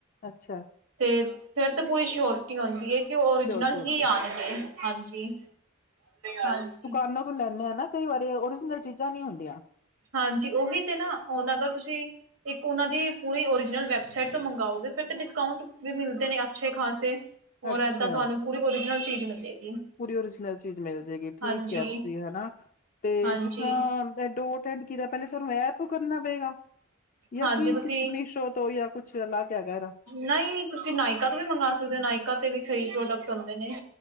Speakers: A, on the left; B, on the right.
A: ਅੱਛਾ
B: ਤੇ, ਫੇਰ ਤਾਂ ਪੂਰੀ ਸ਼ਿਓਰਟੀ ਹੋਂਦੀ ਏ ਕਿ, ਓਰੀਜਨਲ
A: ਸ਼ੋਰਟੀ ਹੁੰਦੀ
B: ਹੀ ਆਣਗੇ, ਹਾਂਜੀ, ਹਾਂਜੀ
A: ਓਨਾਂ ਕੋ ਲੈਂਣੇ ਆਂ ਨਾਂ। ਕਈ ਵਾਰੀ ਓਰੀਜਨਲ ਚੀਜ਼ਾਂ ਨਈਂ ਹੁੰਦੀਆਂ।
B: ਹਾਂਜੀ ਉਹੀ ਤੇ ਨਾ ਹੁਣ ਅਗਰ ਤੁਸੀਂ ਇੱਕ ਉਹਨਾਂ ਦੀ ਪੂਰੀ ਓਰੀਜਨਲ ਵੈਬਸਾਈਟ ਤੋਂ ਮੰਗਾਓਗੇ ਫਿਰ ਡਿਸਕਾਊਂਟ ਵੀ ਮਿਲਦੇ ਨੇ ਅੱਛੇ ਖਾਸੇ। ਹੋਰ
A: ਅੱਛਾ
B: ਏਦਾਂ ਤੁਹਾਨੂੰ ਪੂਰੀ ਓਰੀਜਨਲ ਚੀਜ਼ ਮਿਲੇਗੀ।
A: ਪੂਰੀ ਓਰੀਜਨਲ ਚੀਜ਼ ਮਿਲ ਜੇਗੀ ਠੀਕ
B: ਹਾਂਜੀ
A: ਕਿਆ ਤੁਸੀਂ ਹੈਨਾ ਤੇ
B: ਹਾਂਜੀ
A: ਜਿਸ ਸਰਾਂ <unintelligible> ਫਿਰ ਕਿਦਾਂ ਪਹਿਲਾਂ ਸਾਨੂੰ ਐਪ ਤੋਂ ਕਰਨਾ ਪਏਗਾ ਜਾਂ
B: ਹਾਂਜੀ
A: ਕੀ
B: ਤੁਸੀਂ
A: ਕੁਛ ਮੀਸ਼ੋ ਤੋਂ ਜਾਂ ਕੁੱਛ ਅੱਲਗ ਹੈਗਾ ਏਦਾ।
B: ਨਈਂ ਤੁਸੀਂ ਨਾਇਕਾ ਤੋਂ ਵੀ ਮੰਗਵਾ ਸਕਦੇ ਨਾਇਕਾ ਤੇ ਵੀ ਸਈ ਪ੍ਰੋਡਕਟ ਹੁੰਦੇ ਨੇ।